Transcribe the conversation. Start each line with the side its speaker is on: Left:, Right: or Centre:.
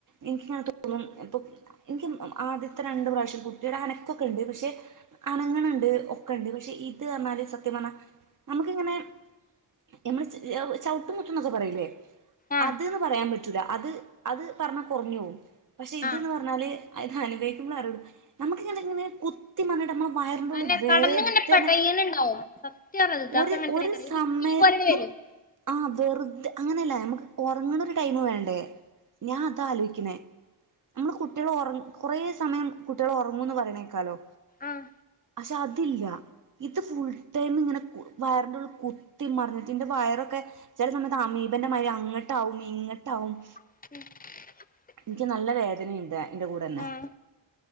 Right: എനിക്ക്ങ്ങനെ തോന്നും ഇപ്പൊ ഇൻക്ക് ആദ്യത്തെ രണ്ട് പ്രാവശ്യം കുട്ടീടെ അനക്കൊക്കെ ഉണ്ട്. പക്ഷെ അനങ്ങ്നുണ്ട് ഒക്കെ ഉണ്ട് പക്ഷെ ഇത് പറഞ്ഞാല് സത്യം പറഞ്ഞാല് നമുക്ക് ഇങ്ങനെ - നമ്മള് ച ചവിട്ടും കുത്തും ന്നൊക്കെ പറയിലേ
Left: ആഹ്
Right: അത്ന് പറയാ പറ്റൂല അത് അത് പറഞ്ഞാ കൊറഞ്ഞുപോവും പക്ഷേ ഇത്ന്ന്
Left: ആഹ്
Right: പറഞ്ഞാല് - അത് അനുഭവിക്കുമ്പോൾ അ റിയ്ള്ളൂ നമുക്ക് അത് അങ്ങനെ കുത്ത്- ത്തി മറിഞ്ഞിട്ട് നമ്മള് വയറിന്റെ
Left: അതെന്നെ
Right: ഉള്ളില് വേദന
Left: കടന്നിങ്ങനെ പെടയണുണ്ടാവും സത്യാണത് ഇത്താത്തക്ക്
Right: ഒരു
Left: അങ്ങനത്തെ
Right: ഒര്
Left: ഒരു
Right: സമയ-
Left: ഇക്കിലി
Right: സമയത്തും
Left: പോലെ വരും
Right: ആഹ് - വെറുതെ അങ്ങനെയല്ല ഞമുക്ക് ഒറങ്ങണ ഒരു ടൈം വേണ്ടേ ഞാൻ അതാ ആലോചിക്കുന്നേ നമ്മള് കുട്ടികള് ഒറ കൊറെ സമയം കുട്ടികള് ഒറങ്ങുന്ന് പറയണ കെക്കാലോ
Left: ആഹ്
Right: പക്ഷെ അതില്ല ഇത് ഫുൾ ടൈം ഇങ്ങനെ വയറിന്റെ ഉള്ളില് കു- കുത്തിമറിഞ്ഞിട്ട് എന്റെ വയറൊക്കെ ചെല സമയത്ത് അമീപന്റെ മാതിരി അങ്ങോട്ടാവും ഇങ്ങട്ടാവും-
Left: <inaudible>
Right: എനിക്ക് നല്ല വേദനയുണ്ട് അയി ൻ്റെ കൂടെന്നെ.
Left: ആഹ്